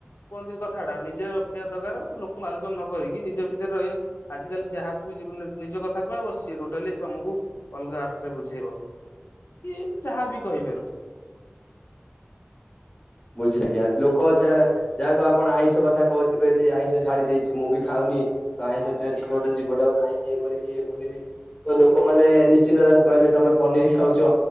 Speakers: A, on the left; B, on the left.
A: କୁହନ୍ତି କଥାଟା। ନିଜେ ରଖିବା ଦରକାର ଲୋକଙ୍କୁ ଆଲୋଚନା ନ କରିକି ନିଜ ଭିତରେ ରହିବେ। ଆଜିକାଲି ଯାହାକୁ ବି <unintelligible> ନିଜ କଥା କହିବ ସିଏ ଟୋଟାଲି ତମକୁ ଅଲଗା ଅର୍ଥରେ ବୁଝେଇବ। କି-ଇ-ନ୍ ଯାହାବି କହିବାରୁ
B: ବୁଝିଲେ କି ଆ ଲୋକ ଯାହା
A: ହୁଁ
B: ଯା ତ ଆପଣ ଆଇଁଷ କଥା କହୁଥିବେ ଯେ ଆଇଁଷ ଛାଡି ଦେଇଛି ମୁଁ ବି ଖାଉନି। ତ ଆଇଁଷ ଟା ଟିକେ ଗୋଟେ ଯିବଟାକୁ କାହିଁ ଏ କରିବି ଇଏ କରିବି ତ ଲୋକମାନେ ନିଶ୍ଚିନ୍ତ ତାକୁ କହିବେ ତମେ ପନିର ଖାଉଛ।